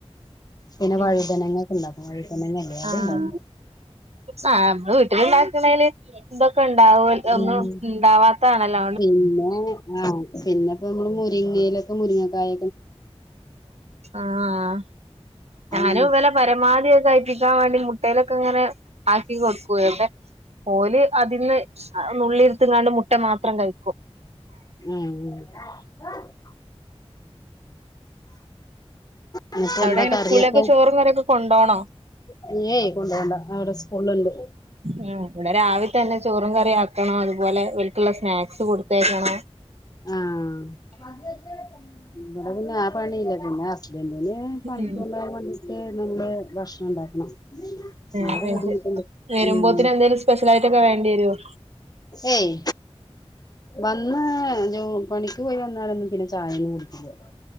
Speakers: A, on the left; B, on the right.
A: പിന്നെ
B: ഉം
A: വഴുതനങ്ങ ഒക്കെ ഇണ്ടാക്കും വഴുതനങ്ങല്ലേ അത്ണ്ടാക്കും
B: ആഹ്. ആഹ് നമ്മള് വീട്ടില ഇണ്ടാക്കണേല് ഇതൊക്കെ ഉണ്ടാവും
A: ഉം
B: ഒന്നും ഉണ്ടാവാത്തെ ആണല്ലോ.
A: പിന്നെ ആഹ് പിന്നിപ്പോ നമ്മള് മുരിങ്ങേലൊക്കെ മുരിങ്ങക്കായ
B: ആഹ് ഞാനും
A: ഉം
B: ഇവരെ പരമാവധി ഒക്കെ കഴിപ്പി ക്കാൻ വേണ്ടി മുട്ടയിലൊക്കെ ഇങ്ങനെ ആക്കി കൊടുക്കുവെ ഇവിടെ ഓല് അതിന്ന് ആഹ് നുള്ളിയെടുത്തെങ്ങാണ്ട് മുട്ട മാത്രം കഴിക്കും.
A: ഉം ഉം. <unintelligible> ഇനിപ്പം
B: അവിടെ
A: എന്താ
B: എങ്ങനെ
A: കറിയൊക്കെ.
B: സ്കൂളിലേക്ക് ചോറും കറിയൊക്കെ കൊണ്ടോണോ
A: കഞ്ഞിയെ കൊണ്ട് പോകണ്ട അവിടെ സ്കൂളിലുണ്ട്.
B: ഉം ഇവിടെ രാവിലെ തന്നെ ചോറും കറി ആക്കണം അതുപോലെ ഇവർക്കുള്ള സ്നാക്സ് കൊടുത്തയക്കണം.
A: ആഹ് ഇവിടെ പിന്നെ ആ പണിയില്ല പിന്നെ ഹസ് സ്ബൻഡിന് പണിക്ക്‌
B: ഉം
A: കൊണ്ട് പോകാൻ വേണ്ടിട്ട് നമ്മള് ഭക്ഷണം ഉണ്ടാക്കണം. ആ
B: ആഹ്
A: ഒരു ബുദ്ധിമുട്ടുണ്ട്
B: വരുമ്പോത്തിന്
A: ഉം
B: എന്തേലും സ്പെഷ്യൽ ആയിട്ടൊക്കെ വേണ്ടി വരുവോ?
A: ഏയ്. വന്ന് ജോ പണിക്ക് പോയി വന്നാലൊന്നും പിന്നെ ചായയൊന്നും കുടിക്കില്ല.